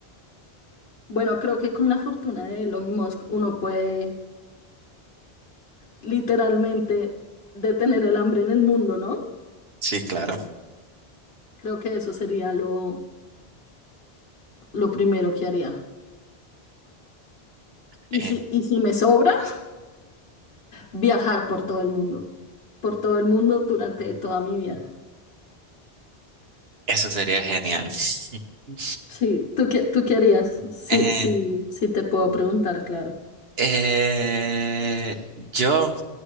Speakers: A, on the left; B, on the right.
A: Bueno, creo que con la fortuna de Elon Musk uno puede literalmente detener el hambre en el mundo, ¿no?
B: Sí, claro.
A: Creo que eso sería lo, lo primero que haría. Y
B: Eh,
A: si, y si me sobra, <laughs> viajar por todo el mundo. Por todo el mundo durante toda mi vida.
B: eso sería genial. <laughs>
A: Sí, ¿tú qué, tú qué harías? Sí,
B: Eh,
A: sí, sí te puedo preguntar, claro.
B: Eh, yo,